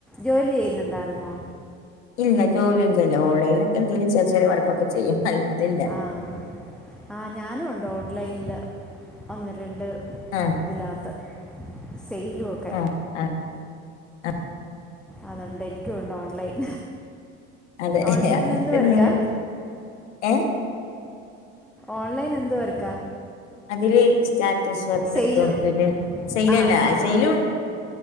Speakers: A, in the centre; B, on the left.
A: ജോലി ചെയ്യുന്നുണ്ടായിരുന്നോ
B: ഇല്ല ജോലിയൊന്നും ചെയ്യില്ല ഓൺലൈൻലൊക്കെ എന്തെലും ചെറിയ ചെറിയ വർക്കൊക്കെ ചെയ്യും അല്ലാതില്ല
A: ആഹ്. ആഹ് ഞാനും ഉണ്ട് ഓൺലൈനില് ഒന്ന് രണ്ട്
B: ആഹ്.
A: ഇതില്ലാത്ത സെയിലു ഒക്കെ
B: ആഹ് ആഹ് ആഹ്
A: അതുണ്ട് എനിക്ക്യു ഉണ്ട് ഓൺലൈൻ.
B: അതെ
A: ഓൺലൈൻ
B: അങ്ങ
A: എന്തുവാ
B: ത്തെ എന്തെലും
A: എടുക്കാ
B: ഒക്കെ. ഏഹ്?
A: ഓൺലൈൻ എന്ത് വർക്കാ?
B: അതില് സ്റ്റാറ്റസ് വർക്ക്
A: സെയില്
B: ട്ടും. പിന്നെ സെയിലല്ലാ
A: ആ ഹാ
B: സെയിലൂ
A: ഹാ